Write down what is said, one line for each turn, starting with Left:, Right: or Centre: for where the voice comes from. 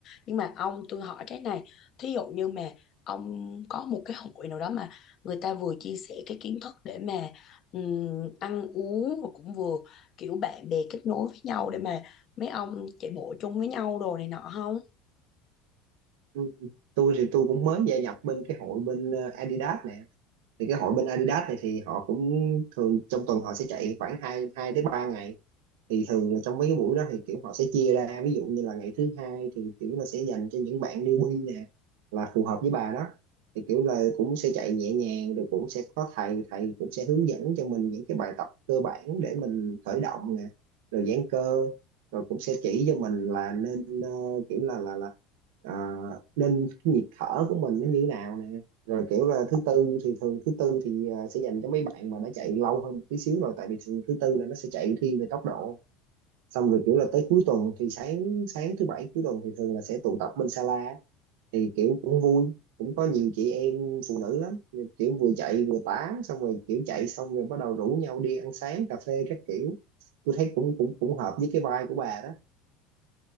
Left: nhưng mà ông tôi hỏi cái này thí dụ như mà ông có một cái hội nào đó mà người ta vừa chia sẻ cái kiến thức để mà ừm, ăn uống mà cũng vừa kiểu bạn bè kết nối với nhau để mà mấy ông chạy bộ chung với nhau đồ này nọ không
Right: Ừ. tôi thì tôi cũng mới gia nhập bên cái hội bên ờ, Adidas nè thì cái hội bên Adidas này thì họ cũng thường trong tuần họ sẽ chạy khoảng 2 hai tới 3 ngày thì thường là trong mấy cái buổi đó thì kiểu họ sẽ chia ra ví dụ như là ngày thứ hai thì kiểu là sẽ dành cho những bạn newbie nè là phù hợp với bà đó thì kiểu là cũng sẽ chạy nhẹ nhàng rồi cũng sẽ có thầy thầy cũng sẽ hướng dẫn cho mình những cái bài tập cơ bản để mình khởi động nè rồi giãn cơ rồi cũng sẽ chỉ cho mình là nên ờ, kiểu là là là à, nên nhịp thở của mình nó như thế nào nè rồi kiểu là thứ tư thì thường thứ tư thì à, sẽ dành cho mấy bạn mà đã chạy lâu hơn một tí xíu rồi tại vì thường thứ tư là nó sẽ chạy thiên về tốc độ xong rồi kiểu là tới cuối tuần thì sáng sáng thứ bảy cuối tuần thì thường là sẽ tụ tập bên Sala á. thì kiểu cũng vui cũng có nhiều chị em phụ nữ lắm kiểu vừa chạy vừa tám xong rồi kiểu chạy xong rồi bắt đầu rủ nhau đi ăn sáng cà phê các kiểu tôi thấy cũng cũng cũng hợp với cái vibe của bà đó